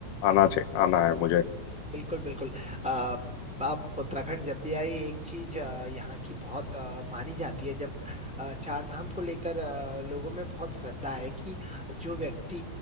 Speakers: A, on the left (about 90°); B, in the centre.
A: आना चाहिए आना है मुझे
B: बिल्कुल बिल्कुल आ, आप उत्तराखंड जब भी आए एक चीज अ, यहाँ की बहुत अ, मानी जाती है जब अ, चार धाम को लेकर अ, लोगों में बहुत श्रद्धा है कि जो व्यक्ति